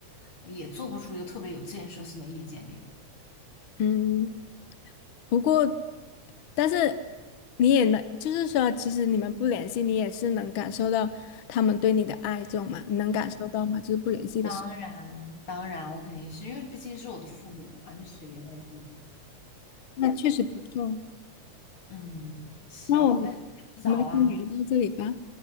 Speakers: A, on the left; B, on the left.
A: 呃也做不出一个特别有建设性的意见给我。
B: 嗯，不过，但是你也能，就是说，其实你们不联系，你也是能感受到他们对你的爱，这种嘛，你能感受到吗？就是不联系的时候，
A: 当然，当然，我肯定是因为毕竟是我的父母嘛，就血缘在这里。
B: 那确实不错。
A: 嗯，行，
B: 那我们
A: 我看也不早啦。
B: 我们先聊到这里吧，